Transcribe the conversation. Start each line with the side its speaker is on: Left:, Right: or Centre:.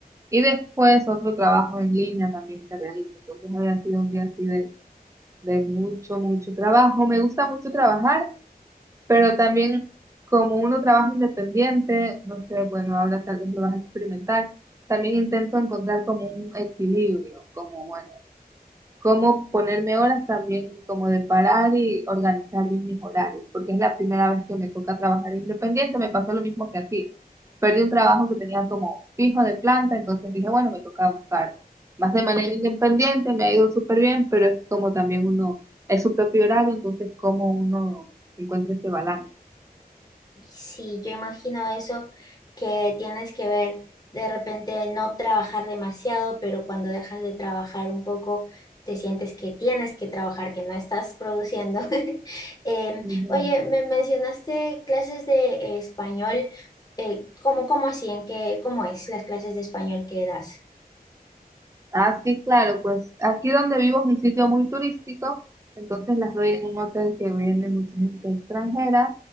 Right: y después otro trabajo en línea también que realicé. Entonces hoy ha sido un día así de, de mucho, mucho trabajo. Me gusta mucho trabajar. Pero también, como uno trabaja independiente, no sé, bueno, ahora tal vez lo vas a experimentar, también intento encontrar como un equilibrio, como, bueno, cómo ponerme horas también, como de parar y organizar bien mis horarios, porque es la primera vez que me toca trabajar independiente, me pasó lo mismo que a ti. Perdí un trabajo que tenía como fijo de planta, entonces dije, bueno, me toca buscar más de manera independiente, me ha ido súper bien, pero es como también uno, es su propio horario, entonces cómo uno encuentra ese balance.
Left: Sí, yo imagino eso que tienes que ver de repente no trabajar demasiado, pero cuando dejas de trabajar un poco, te sientes que tienes que trabajar, que no estás produciendo. <laughs> Em,
Right: Ujú.
Left: oye, me mencionaste clases de eh, español. eh, ¿cómo, cómo así? ¿En qué, cómo es las clases de español que das?
Right: Ah, sí, claro, pues aquí donde vivo es un sitio muy turístico, entonces las doy en un hotel que viene mucha gente extranjera